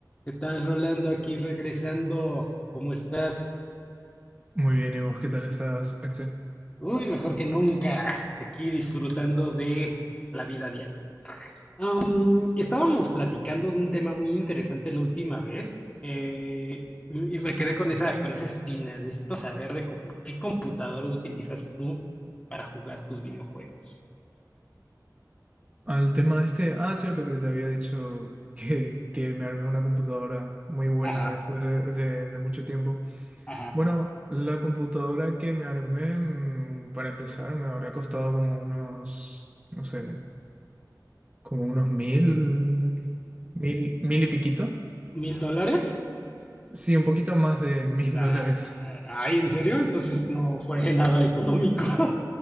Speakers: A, on the left (about 15°); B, on the right (about 20°).
A: ¿Qué tal, Rolando? Aquí regresando. ¿Cómo estás?
B: Muy bien, ¿y vos qué tal estás, Axel?
A: Uy, mejor que nunca. Aquí disfrutando de la vida diaria. Am, estábamos platicando de un tema muy interesante la última vez, eh, y, y me quedé con esa, con esa espina. Necesito saber de co- qué computadora utilizas tú para jugar tus videojuegos.
B: Al tema este, ah, cierto que te había dicho <laughs> que, que me armé una computadora muy buena
A: Ajá,
B: después de, de- de mucho tiempo.
A: ajá.
B: Bueno, la computadora que me armé, mm, para empezar, me habrá costado como unos, no sé, como unos mil, mil, mil y piquito.
A: ¿Mil dólares?
B: Sí, un poquito más de mil
A: Ah,
B: dólares.
A: Ay, ¿en serio? Entonces no fue nada económico. <laughs>